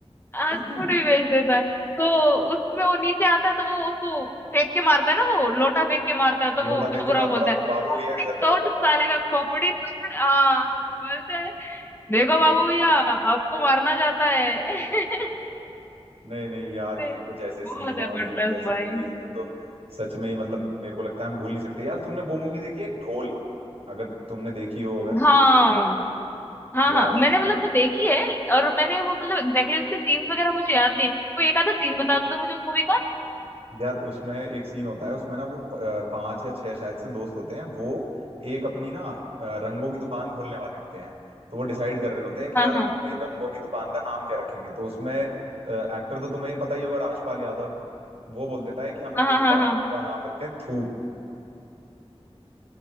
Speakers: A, on the left; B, on the right.
A: हाँ
B: देते
A: सूट भी बेच देता है तो उसमें वो नीचे आता है तो वो उसको फेंक के मारता है ना वो लोटा फेंक के मारता है तो
B: <laughs>
A: वो
B: लोटा
A: बाबूराव
B: फेंक के मारता
A: बोलता
B: है और
A: है
B: वो बाबू
A: खोपड़ी
B: भैया के सर पे
A: तोड़
B: लग जाता
A: साले
B: है
A: का खोपड़ी तोड़ आ बोलता है देखो बाबू भैया आपको मारना चाहता है <laughs>
B: नहीं नहीं यार
A: से-
B: ये कुछ ऐसे सीन
A: बहुत
B: है
A: है
B: और
A: बटलर्स
B: ये कुछ ऐसी
A: भाई
B: मूवीज हैं तो सच में ही मतलब मेरे को लगता है हम भूल नहीं सकते यार तुमने वो मूवी देखी है ढोल अगर तुमने देखी हो अगर
A: हाँ हाँ
B: यार
A: हाँ मैंने मतलब वो देखी है और मैंने वो मतलब एग्जैक्टली exactly उसके सीन्स वगैरह मुझे याद नहीं है कोई एक आधा सीन बता दो मुझे उस मूवी का
B: यार उसमें एक सीन होता है उसमें ना वो प- अ, पांच या छह शायद से दोस्त होते हैं वो एक अपनी ना अ, रंगों की दुकान खोलने वाले होते हैं तो वो डिसाइड कर रहे होते हैं कि
A: हाँ
B: यार
A: हाँ
B: हम अपनी रंगों की दुकान का नाम क्या रखेंगे तो उसमें एक्टर तो तुम्हें ये पता ही होगा राजपाल यादव वो बोल देता है कि हम अपनी
A: हाँ हाँ
B: दुकान
A: हाँ हाँ
B: का नाम रखते हैं थूक